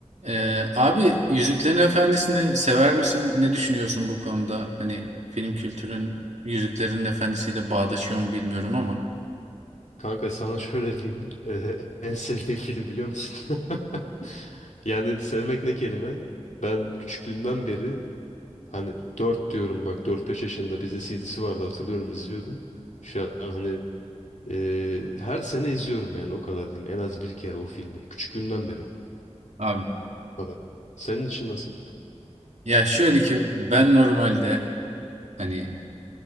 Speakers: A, on the right (about 75°); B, on the left (about 85°).
A: Ee, abi Yüzüklerin Efendisi'ni sever misin? Ne düşünüyorsun bu konuda? Hani film kültürün Yüzüklerin Efendisi'yle bağdaşıyor mu bilmiyorum ama.
B: Kanka sana şöyle diyeyim. Eee, <laughs> en sevdiğim film biliyor musun? <laughs> Yani sevmek ne kelime? Ben küçüklüğümden beri hani dört diyorum bak dört beş yaşında bizde CD'si vardı hatırlıyorum izliyordum. Şu an hani eee, her sene izliyorum yani o kadar diyeyim. En az bir kere o filmi. Küçüklüğümden beri.
A: Abi
B: kadar. Senin için nasıl?
A: ya şöyle ki ben normalde hani